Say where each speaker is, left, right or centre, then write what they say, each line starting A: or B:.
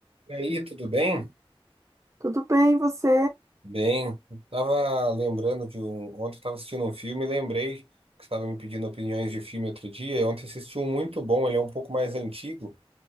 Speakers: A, on the right (about 75°); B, on the right (about 30°).
A: E aí, tudo bem?
B: Tudo bem, e você?
A: Bem, eu tava lembrando de um. Ontem eu tava assistindo um filme e lembrei que você estava me pedindo opiniões de filme outro dia. E ontem assisti um muito bom, ele é um pouco mais antigo,